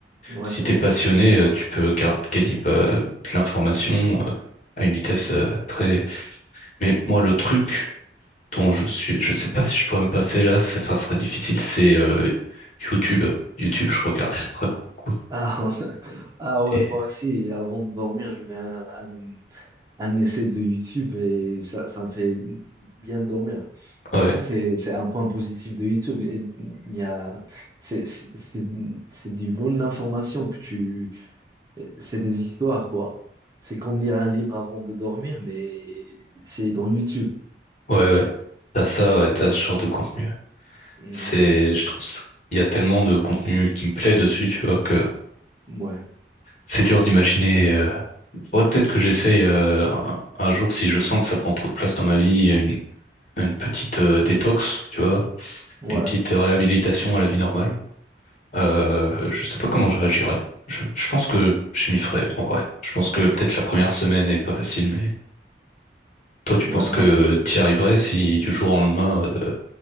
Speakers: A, on the right; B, on the left.
A: Ouais,
B: Si
A: c'est
B: t'es
A: vrai.
B: passionné, euh, tu peux gar- gagner pas- euh, de l'information euh, à une vitesse euh, très. Mais moi, le truc dont je suis, je sais pas si je pourrais me passer là, ça, enfin, ce serait difficile. C'est euh, YouTube. YouTube, je regarde <laughs> vraiment beaucoup.
A: Ah, <laughs> ah ouais,
B: Et
A: moi aussi, avant de dormir, je mets un, un, un essai de YouTube et ça, ça me fait bien dormir.
B: ouais,
A: Et ça, c'est, c'est un point positif de YouTube. Et Il y a, c'est, c'est, c'est c'est du bonne information que tu, c'est des histoires, quoi. C'est comme lire un livre avant de dormir, mais c'est dans YouTube.
B: ouais, ouais. T'as ça, ouais, t'as ce genre de contenu.
A: Mhm.
B: C'est, je trouve, c- il y a tellement de contenu qui me plaît dessus, tu vois, que
A: Ouais,
B: c'est dur d'imaginer. Euh... Faudrait peut-être que j'essaye euh, un un jour si je sens que ça prend trop de place dans ma vie, une, une petite euh, détox, tu vois
A: ouais,
B: une petite réhabilitation à la vie normale. Euh, je sais pas comment je réagirais. Je, je pense que je m'y ferais, en vrai. Je pense que peut-être la première semaine est pas facile, mais toi, tu
A: ouais.
B: penses
A: Moi,
B: que t'y arriverais si du jour au lendemain, euh,